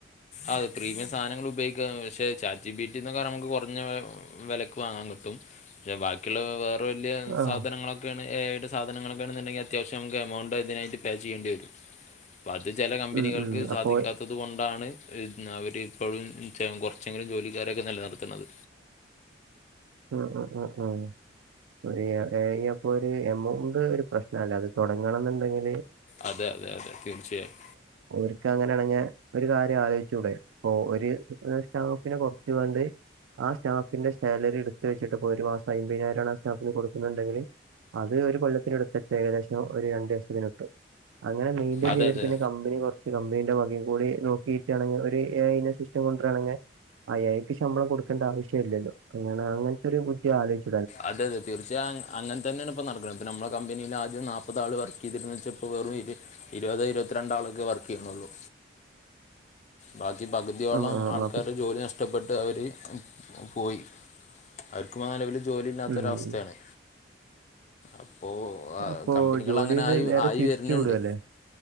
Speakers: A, on the left; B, on the right.
A: അത് പ്രീമിയം സാധനങ്ങൾ ഉപയോഗിക്കാ. പക്ഷെ ചാറ്റ് ജി പി റ്റി എന്നൊക്കെ പറഞ്ഞ നമുക്ക് കുറഞ്ഞ വിലക്ക് വാങ്ങാൻ കിട്ടും. പക്ഷെ ബാക്കിയുള്ള വേറെ വലിയ
B: ആഹ്
A: സാധനങ്ങളൊക്കെയാണ് ഏഴെട്ട് സാധനങ്ങള- ണെന്നുണ്ടെങ്കിൽ അത്യാവശ്യം നമുക്ക് എമൗണ്ട് അതിനായിട്ട് പേ ചെയ്യേണ്ടി വരും. അപ്പൊ അത് ചില കമ്പനികൾക്ക്
B: ഉം ഉം
A: സാധിക്കാത്തത്
B: അപ്പൊ
A: കൊണ്ടാണ്- ഇ അവരി ഇപ്പോഴും കുറച്ചെങ്കിലും ജോലിക്കാരൊക്കെ നില നിർത്തണത്.
B: ഉം. ഉ ഉം. ഉ ഒരു എ ഐ അപ്പൊരു എമൗണ്ട് പ്രശ്നല്ല. അത് തുടങ്ങണം ന്നുണ്ടെങ്കില്-
A: അതെ അതെ അതെ. തീർച്ചയായും.
B: ഓൽക്ക് അങ്ങനൊണങ്ങ ഒരു കാര്യം ആലോചിച്ചൂടെ. പ്പൊ ഒരു സ്റ്റാഫിനെ കുറച്ച്കാണ്ട് ആ സ്റ്റാഫിന്റെ സാലറി എടു- ഒത്തി വെച്ചിട്ട്പ്പോ ഒരു മാസം അയ്മ്പതിനായിരമാണ് ആ സ്റ്റാഫിന് കൊടുക്കുണുണ്ടെങ്കിൽ- അത് ഒരു കൊല്ലത്തിനടുത്തിട്ട് ഏകദേശം ഒരു രണ്ടു ലക്ഷത്തിന് കിട്ടും. അങ്ങനെ മെയിൻെയിൻ
A: അതെ
B: ചെയതി്രുന്നെങ്കിൽ
A: അതെ
B: കമ്പനി കുറച്ച്, - പക്ഷെ കമ്പനീന്റെ ഭാക്ക് കൂടി നോക്കിട്ടാണെങ്കി ഒരു എ ഐ സിസ്റ്റം കൊണ്ട്രാണെങ്ങെ - അയൾക്ക് ശമ്പളം കൊടുക്കേണ്ട ആവശ്യ ഇല്ലല്ലോ? ഞാൻ അ അങ്ങനത്തെൊ ഒരു ബുദ്ധി ആലോചിച്ചു
A: അതെ അതെ. തീർച്ചയായും അങ്ങനെ തന്നെയ- ഇപ്പ നടക്കണംപ്പനമ്മെ കമ്പനിയിൽ ആദ്യം നാപ്പത് ആൾ വർക്ക് ചെയ്തി വെച്ച വെറും ഇരുപതോ ഇരുപത്തിരണ്ടാളൊക്കെ വർക്ക് ചെയ്യുന്നൊള്ളൂ. ബാക്കി പകുതിയോളം
B: ആ ആ
A: ആൾക്കാരുടെ
B: ആ. അപ്പൊ
A: ജോലി നഷ്ടം- നഷ്ടപ്പെട്ട് അവർ പോയി. അവർക്ക് പൊ നിലവിൽ ജോലില്ലാത്തൊര്
B: ഉം
A: അവസ്ഥയാണ്. അപ്പോ-
B: അപ്പൊ
A: കമ്പനികൾ
B: ജോലിന്ന്
A: അങ്ങനെ ആയി
B: നേരെ
A: ആയി
B: പിരിച്ചു
A: വരുന്നുണ്ട്.
B: വിടുവല്ലേ